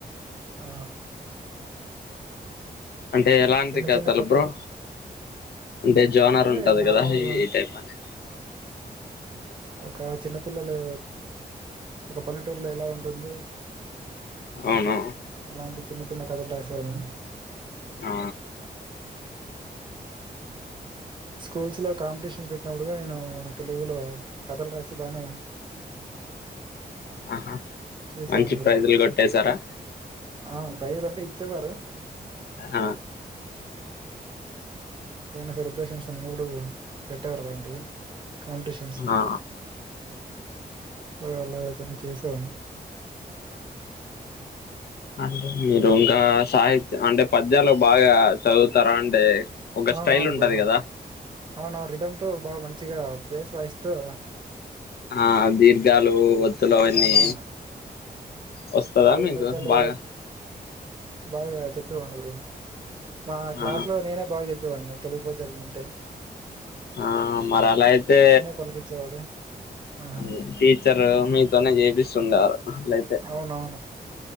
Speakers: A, on the right; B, on the left.
A: ఆ
B: అంటే ఎలాంటి
A: చిన్న
B: కథలు
A: చిన్న
B: బ్రో అంటే జోనార్
A: అంటే
B: ఉంటది
A: నార్మల్
B: కదా ఈ టైప్ అని
A: ఒక చిన్నపిల్లలు ఒక పల్లెటూరులో ఎలా ఉంటుంది
B: అవును
A: అలాంటి చిన్న చిన్న కథలు రాసేవాని
B: ఆ
A: స్కూల్స్ లో కాంపిటీషన్స్ పెట్టినప్పుడుగా నేను తెలుగులో కథలు రాసి బానే
B: ఆహా
A: చేసేవాడిని
B: మంచి
A: బ్రో
B: ప్రైజులు కొట్టేేసారా
A: ఆ ఫైర పిచ్చగోరు
B: ఆ హ
A: ఏమన్న సెలబ్రేషన్స్ ఉన్నో డు పెట్టారు వంటివి కాంపిటీషన్స్
B: ఆ
A: సో ఎలా అయితేనే చేసెవాన్ని.
B: అంటే మీరు ఇంకా సాహిత్య అంటే పద్యాలు బాగా చదువుతారా అంటే ఒక
A: అవునవున్
B: స్టైల్ ఉంటది
A: బ్రో
B: కదా
A: అవున రిధమ్ తో బాగా మంచిగా అ భేస్ వైస్తవ్ గా
B: ఆ దీర్ఘాలు ఒత్తులు అవన్నీ
A: అవునవును
B: వస్తదా
A: తెలుగు
B: మీకు
A: పద్యల్లో
B: బాగా
A: బాగా చెప్ పేవాన్ని బ్రో మా క్లాస్
B: ఆ
A: లో నేనే బాగా చెప్ చెప్పేవాడ్ని తెలుగు పద్యాలుంటే
B: ఆ మరి అలా అయితే.
A: పలికిచ్చేవాడు ఆహా
B: అది టీచర్ మీతోనే చేపిస్తుండే వారు అట్లయితే
A: అవునవును